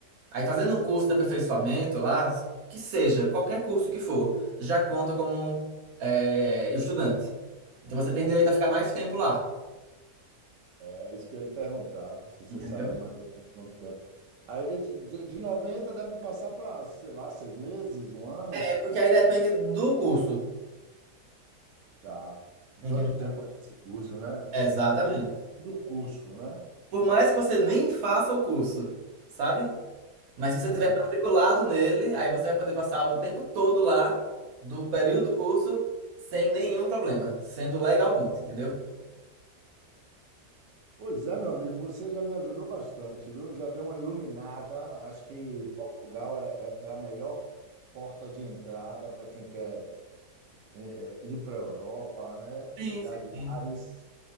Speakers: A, on the right (about 65°); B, on the right (about 80°).
A: Aí fazendo um curso de aperfeiçoamento lá, que seja, qualquer curso que for, já conta como é, estudante. Então você tem direito a ficar mais tempo lá,
B: é isso que eu ia lhe perguntar, se você
A: entendeu?
B: sabe mais ou menos quanto tempo. Aí, de, de 90 deve passar para, sei lá, seis meses, um ano?
A: É porque aí depende do curso,
B: Tá.
A: entendeu?
B: Quanto tempo é esse curso, né?
A: Exatamente.
B: É pelo do curso, né?
A: Por mais que você nem faça o curso, sabe? Mas se você
B: É.
A: tiver matriculado nele, aí você vai poder passar o tempo todo lá do período do curso sem nenhum problema, sendo legalmente, entendeu?
B: Pois é, meu amigo, você já me ajudou bastante, viu? Já deu uma iluminada. Acho que Portugal é, é- é a melhor porta de entrada para quem quer é, ir para a Europa, né?
A: Sim,
B: Mudar
A: sim,
B: de
A: sim.
B: ares